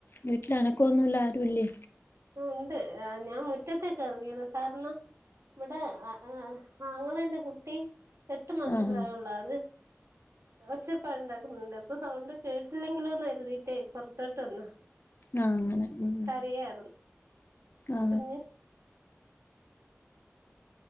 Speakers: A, on the left (about 50°); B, on the right (about 80°).
A: വീട്ടില അനക്കൊന്നുമല്ല ബുള്ളി
B: ഉണ്ട് ആ ഞാൻ മുറ്റത്തേക്ക് ഇറങ്ങിയത് കാരണം ഇവിടെ താങ്ങള എന്റെ കുട്ടി എട്ട് മാസം
A: ആഹാ
B: പ്രായള്ള അത് ഒച്ചപ്പാട് ഉണ്ടാക്കുന്നുണ്ട് അപ്പൊ സൗണ്ട് കേട്ടില്ലെങ്കിലോ എന്ന് കരുതിട്ട ട്ടെ പൊറ്ത്തോട്ട് വന്ന
A: ആ അങ്ങനെ ഉം
B: കരയായിരുന്നു
A: ആ
B: പിന്നെ